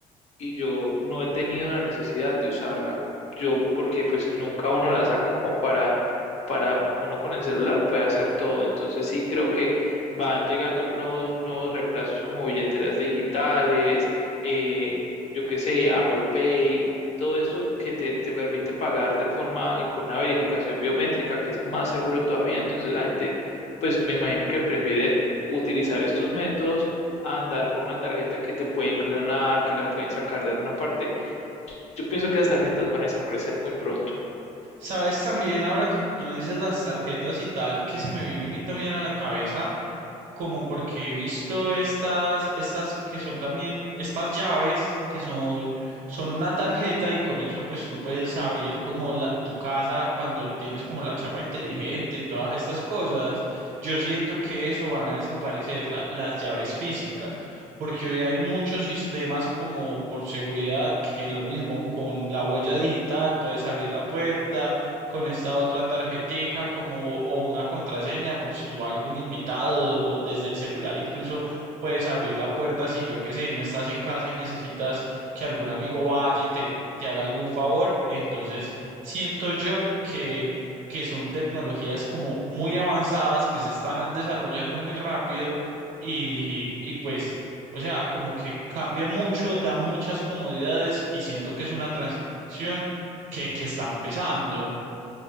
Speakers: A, on the left; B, on the right.
A: y yo no he tenido la necesidad de usarla. Yo, porque pues nunca uno la saca como para, para uno con el celular puede hacer todo. Entonces sí creo que van llegando nuevos, nuevos reemplazos como billeteras digitales, eh, yo qué sé, Apple Pay, todo eso que te, te permite pagar de forma y con una verificación biométrica que es más seguro todavía. Entonces la gente, pues me imagino que prefiere utilizar estos métodos a andar con una tarjeta que te pueden clonar, que la pueden sacar de alguna parte. Yo pienso que esas tarjetas van a desaparecer muy pronto.
B: Sabes también, ahora que tú dices las tarjetas y tal, que se me viene a mí también a la cabeza, como porque he visto estas, estas que son también, estas llaves que son, son una tarjeta y con eso pues tú puedes abrir como la, tu casa cuando tienes como la chapa inteligente y todas estas cosas. Yo siento que eso van a desaparecer, la- las llaves físicas. Porque hoy hay muchos sistemas como por seguridad, que lo mismo con la huella digital puedes abrir la puerta, con esta otra tarjetica como o una contraseña por si va algún invitado o desde el celular incluso puedes abrir la puerta si yo qué sé, no estás en casa y necesitas que algún amigo vaya y te, te haga algún favor. Entonces, siento yo que que son tecnologías como muy avanzadas, que se están desarrollando muy rápido y, y pues, o sea, como que cambia mucho, da muchas comodidades y siento que es una transición que, que está empezando.